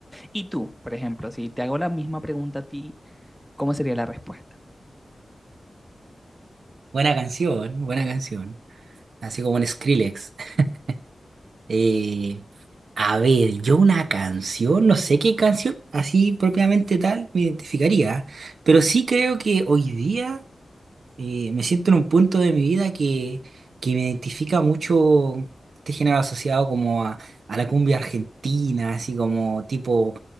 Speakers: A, in the centre; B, on the right.
A: Y tú, por ejemplo, si te hago la misma pregunta a ti, ¿cómo sería la respuesta?
B: Buena canción, buena canción. Así como un Skrillex. <laughs> Eh, a ver, yo una canción, no sé qué canción, así propiamente tal, me identificaría. Pero sí creo que hoy día eh, me siento en un punto de mi vida que, que me identifica mucho este género asociado como a, a la cumbia argentina, así como tipo